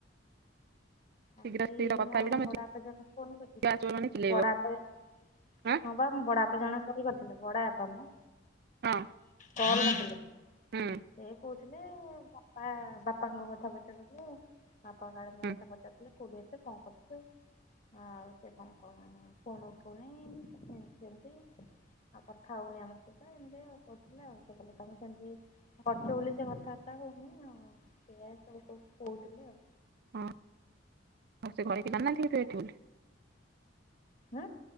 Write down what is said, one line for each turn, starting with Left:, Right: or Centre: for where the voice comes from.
Right: ଶୀଘ୍ର
Left: ଆଜି
Right: ଶୀଘ୍ର କଥା
Left: ମୋ
Right: ହେଇପଡ
Left: ବଡ଼ାପା ଜଣଙ୍କୁ ଫୋନ୍ କରିଥିଲେ,
Right: ଝିଅ ଆସିବ ମାନେ ଚିଲେଇବ
Left: ବଡ଼ାପା ହଁ
Right: ଆଁ
Left: ବାପା ମୋ ବଡାପା ଜଣେ କଲ୍ କରିଥିଲେ, ବଡାପା ମଁ
Right: ହଁ।
Left: କଲ୍ କରିଥିଲେ,
Right: ହୁଁ
Left: ସେ କହୁ ଥିଲେ ବାପା ବାପାଙ୍କ କଥା ପଚାରୁଥିଲେ, ବାପା କାଳେ ମୋ
Right: ହୁଁ
Left: କଥା ପଚାରୁ କୋଉଠି ଅଛୁ, କଣ କରୁଚୁ? ହଁ ଆଉ ସେ କଣ ଫୋ ଫୋନ୍ ଉଠଉନେଇ, ଏମିତି ସେମିତି ଆଉ କଥା ହଉନି ଆମ ସହିତ, ଏମିତି ଆଉ କହୁଥିଲେ ଆଉ। ସେ କହିଲେ ତମେ ସେମିତି କରିଚ ବୋଲି ସେ କଥାବାର୍ତ୍ତା ହଉନେଇ ଆଉ, ଏଇଆ ସବୁ କହୁଥିଲେ ଆଉ।
Right: ହଁ ହଉ ସେ ଘରେ କେହି ଜାଣିନାନ୍ତି ତୁ ଏଠି ବୋଲି?
Left: ହୁଁ।